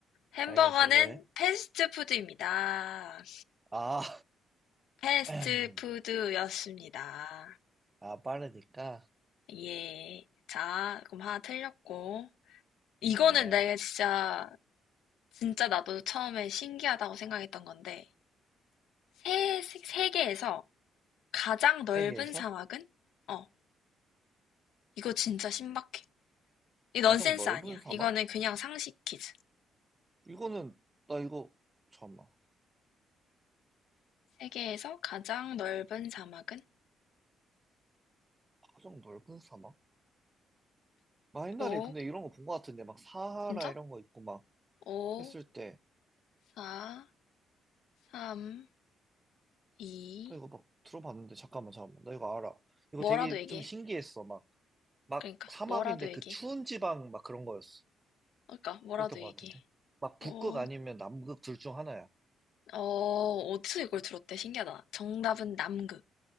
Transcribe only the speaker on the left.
햄버거는
패스트푸드입니다.
패스트푸드였습니다.
예. 자, 그럼 하나 틀렸고. 이거는
내가 진짜, 진짜 나도 처음에 신기하다고 생각했던 건데, 세, 세- 세계에서 가장 넓은
사막은? 어, 이거 진짜 신박해. 이
넌센스
아니야.
이거는 그냥 상식 퀴즈.
세계에서 가장 넓은 사막은?
오,
진짜?
오,
사, 삼, 이.
뭐라도
얘기해.
그러니까,
뭐라도 얘기해.
그러니까, 뭐라도
얘기해.
오
어, 어디서 이걸 들었대? 신기하다. 정답은 남극.